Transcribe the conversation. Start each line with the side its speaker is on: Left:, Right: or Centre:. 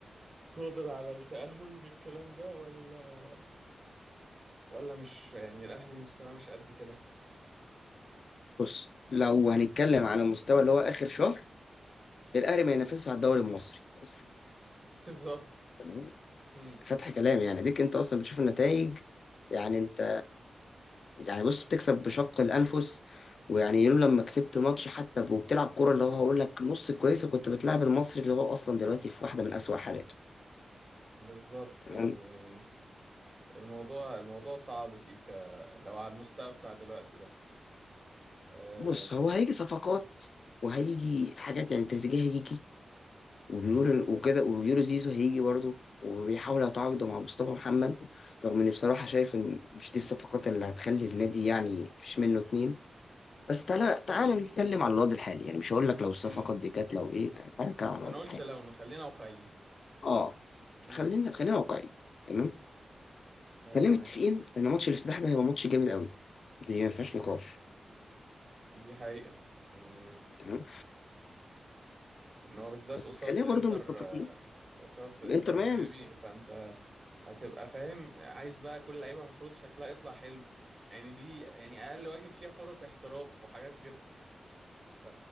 Right: قادر على التأهل من الكلام ده ولا ولا مش يعني الأهلي مستواه مش قد كده
Left: بص لو هنتكلم على المستوى اللي هو اخر شهر الاهلي ما ينافسش على الدوري المصري بس.
Right: <laughs> بالظبط
Left: تمام
Right: مم.
Left: فتح كلام يعني ديك انت اصلا بتشوف النتائج يعني انت يعني بص بتكسب بشق الانفس ويعني يوم لما كسبت ماتش حتى وبتلعب كوره اللي هو هقول لك نص كويسه كنت بتلعب المصري اللي هو اصلا دلوقتي في واحده من اسوأ حالاته
Right: بالظبط
Left: تمام
Right: يعني الموضوع الموضوع صعب سيكا لو على المستوى بتاع دلوقتي ده آه
Left: بص هو هيجي صفقات وهيجي حاجات يعني تريزيجيه هيجي وبيقولوا
Right: مم.
Left: وكده وبيقولوا زيزو هيجي برضه وبيحاولوا يتعاقدوا مع مصطفى محمد رغم اني بصراحه شايف ان مش دي الصفقات اللي هتخلي النادي يعني مفيش منه اتنين بس تعالى تعالى نتكلم على الوضع الحالي يعني مش هقول لك لو الصفقات
Right: مم.
Left: دي كانت لو ايه يعني تعالى نتكلم على
Right: ما
Left: الوضع
Right: نقولش
Left: الحالي
Right: لو نخلينا واقعيين
Left: اه
Right: مم.
Left: خلينا خلينا واقعيين تمام
Right: ايوه
Left: خلينا
Right: ماشي
Left: متفقين ان ماتش الافتتاح ده هيبقى ماتش جامد قوي دي ما فيهاش نقاش
Right: دي حقيقة يعني
Left: تمام
Right: ان هو بالذات
Left: بس
Right: قصاد
Left: خلينا
Right: انتر
Left: برضو متفقين
Right: آه، قصاد انتر
Left: انتر ميامي
Right: ميامي فانت هتبقى فاهم عايز بقى كل لعيبه المفروض شكلها يطلع حلو يعني دي يعني اقل واجب فيها فرص احتراف وحاجات كده ف